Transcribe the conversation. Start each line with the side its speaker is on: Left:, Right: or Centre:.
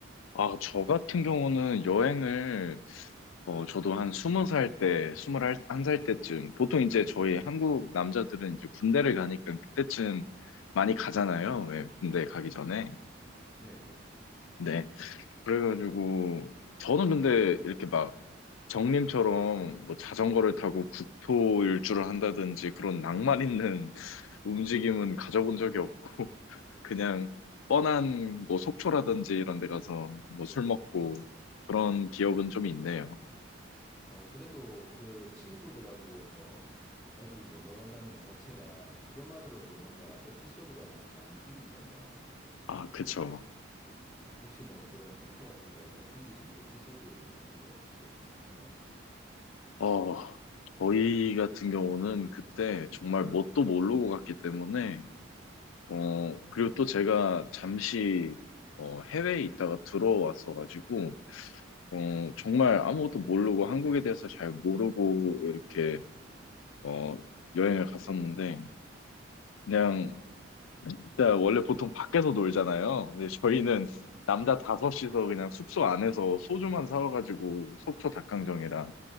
Left: 아, 저 같은 경우는 여행을 어, 저도 한 스무 살 때, 스물한 살 때쯤, 보통 이제 저희 한국 남자들은 이제 군대를 가니까 그때쯤 많이 가잖아요. 왜 군대 가기 전에.
Centre: 네, 그렇죠.
Left: 네. 그래가지고 저는 근데 이렇게 막 정님처럼 뭐 자전거를 타고 국토 일주를 한다든지 그런 낭만 있는 <laughs> 움직임은 가져본 적이 없고 <laughs> 그냥 뻔한 뭐 속초라든지 이런 데 가서 뭐 술 먹고 그런 기억은 좀 있네요.
Centre: 어, 그래도 그 친구들하고 뭐 어디 놀러 간다는 것 자체가 그것만으로도 뭔가 에피소드가 막 많이 생기잖아요.
Left: 아, 그쵸.
Centre: 네, 혹시 뭐 그런 속초 같은 데 가서 생기신 에피소드 같은 거 혹시 없으신가요?
Left: 어, 저희 같은 경우는 그때 정말 뭣도 모르고 갔기 때문에 어, 그리고 또 제가 잠시 어, 해외에 있다가 들어왔어가지고 어, 정말 아무것도 모르고 한국에 대해서 잘 모르고 이렇게 어, 여행을 갔었는데 그냥 일단 원래 보통 밖에서 놀잖아요. 근데 저희는 남자 다섯이서 그냥 숙소 안에서 소주만 사와가지고 속초 닭강정이랑
Centre: 아,